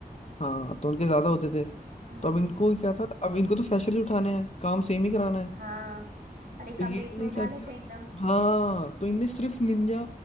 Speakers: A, on the left; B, on the right.
A: हाँ तो उनके ज्यादा होते थे
B: हम्म।
A: तो अब इनको क्या था अब इनको तो फ्रेशर ही उठाने हैं काम सेम ही कराना है तो
B: हाँ, अरे कम
A: ये
B: रेट
A: इनने
B: में उठा
A: क्या
B: लेते
A: किया
B: हैं एकदम
A: हाँ तो इनने सिर्फ निंजा